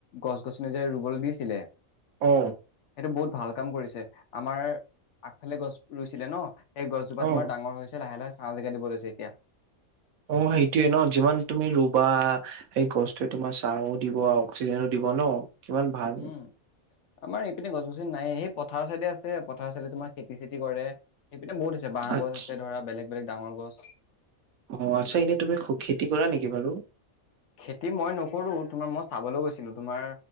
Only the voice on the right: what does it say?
অ
অ
অ', সেইটোয়ে নহ? যিমান তুমি ৰুবা সেই গছটোৱে তোমাৰ চাও দিব, অক্সিজেনো দিব। <unintelligible> কিমান ভাল
আচ্ছা
অ', আচ্ছা এনেই তুমি খ-খেতি কৰা নেকি বাৰু?